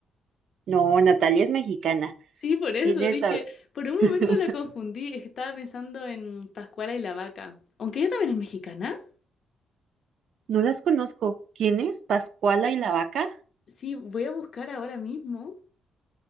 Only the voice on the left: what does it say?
Sí, por eso
dije,
por un momento
la confundí, es que estaba pensando en Pascuala y la Vaca. Aunque ella también es mexicana.
Sí, voy a buscar ahora mismo,